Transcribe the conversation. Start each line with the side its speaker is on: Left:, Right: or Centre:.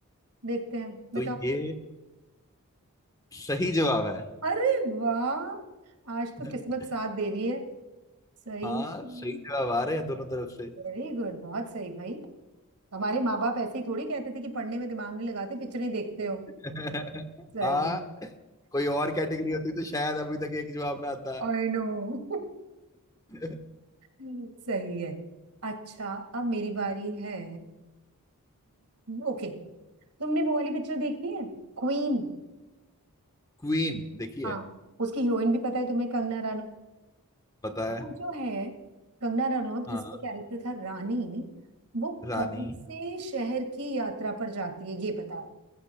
Right: देखते हैं बताओ
Left: तो ये सही जवाब है
Right: अरे वाह आज तो
Left: <laughs>
Right: किस्मत साथ दे रही है सही
Left: हाँ
Right: में।
Left: सही जवाब आ रहे हैं दोनों तरफ से
Right: वेरी गुड बहुत सही भाई हमारे माँ बाप ऐसे ही थोड़ी कहते थे कि पढ़ने में दिमाग नहीं लगाते पिक्चरें देखते हो
Left: <laughs>
Right: सही
Left: हाँ कोई और कैटेगरी होती तो शायद अभी तक एक जवाब ना आता
Right: I know <laughs>
Left: <laughs>
Right: सही है अच्छा अब मेरी बारी है ओके तुमने वो वाली पिक्चर देखी है क्वीन
Left: क्वीन देखिए
Right: हाँ उसकी हीरोइन भी पता है तुम्हें कंगना
Left: पता है
Right: वो जो है कंगना रनौत
Left: हाँ
Right: जिसका कैरेक्टर था रानी वो
Left: रानी
Right: कौन से शहर की यात्रा पर जाती है ये बताओ